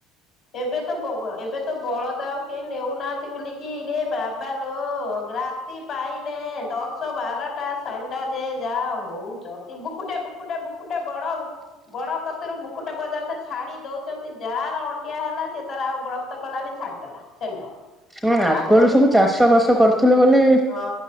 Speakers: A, on the left; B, in the centre.
A: ଏବେ ତ ବୋଉଆ ଏବେ ତ ବଳଦ ଆଉ କେ ନେଉନାହାଁନ୍ତି ବୁଲିକି ରେ ବାବା ଲୋ ରାତି ପାଇନେ ଦଶ ଶ ବାରଟା ଷେଣ୍ଢ ଯେ ଯାହା ହଉଚନ୍ତି ବୁକୁଟେ ବୁକୁଟେ ବୁକୁଟେ ବଡ ବୁ ବଡ କତିରୁ ବୁକୁଟେ ପର୍ଯ୍ୟନ୍ତେ ଛା ଛାଡି ଦଉଛନ୍ତି ଯାହାର ଅଣ୍ଡିଆ ହେଲା ସେ ତାର ଆଉ ବ୍ରତ କଲାନି ଛାଡିଦେଲା ଷେଣ୍ଢ।
B: ହୁଁ ଆଗରୁ
A: ଆଗୁରୁ
B: ସବୁ
A: ସେ
B: ଚାଷ ବାସ କରୁଥିଲେ ବୋଲି
A: ହଁ